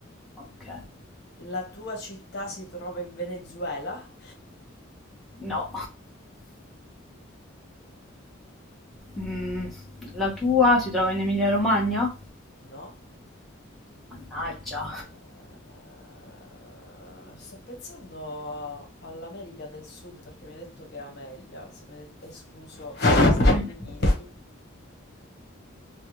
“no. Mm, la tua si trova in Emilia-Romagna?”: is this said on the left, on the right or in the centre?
Centre